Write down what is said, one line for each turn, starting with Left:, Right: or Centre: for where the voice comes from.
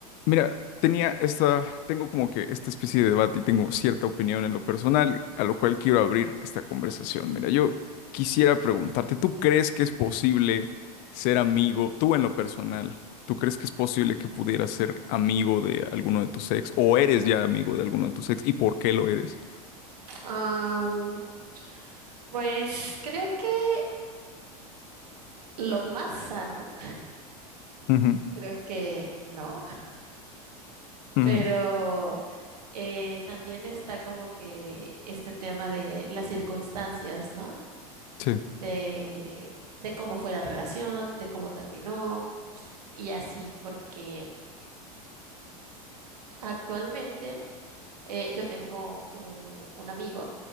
Left: Mira, tenía esta, tengo como que esta especie de debate y tengo cierta opinión en lo personal, a lo cual quiero abrir esta conversación. Mira, yo quisiera preguntarte, ¿tú crees que es posible ser amigo, tú en lo personal, ¿tú crees que es posible que pudieras ser amigo de alguno de tus ex o eres ya amigo de alguno de tus ex y por qué lo eres?
Right: Am, pues creo que lo más sano,
Left: Ujú,
Right: creo que no,
Left: ujú,
Right: pero eh, también está como que este tema de las circunstancias, ¿no?
Left: sí.
Right: De, de cómo fue la relación, de cómo terminó y así, porque actualmente eh, yo tengo un, un amigo